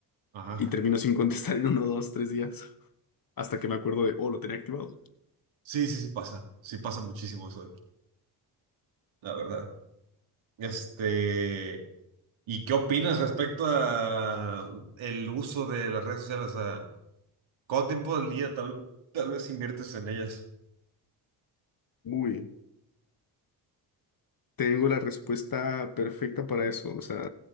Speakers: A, on the right; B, on the left.
A: Ajá.
B: y termino sin <laughs> contestar en uno, dos, tres días hasta que me acuerdo de, oh, lo tenía activado.
A: Sí, sí, sí pasa. Sí pasa muchísimo eso, güey, la verdad. Este, ¿y qué opinas respecto a el uso de las redes sociales? O sea, ¿cuánto tiempo del día tal, tal vez inviertes en ellas?
B: Uy, tengo la respuesta perfecta para eso. O sea,